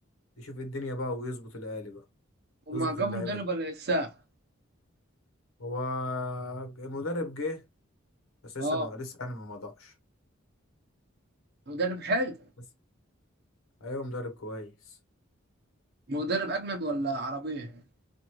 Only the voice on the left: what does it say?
يشوف الدنيا بقى ويظبط الاهلي بقى
يظبط
اللعيبه
دي
هو المدرب جه بس لسه
ما لسه يعني ما مضاعش
بس ايوه مدرب كويس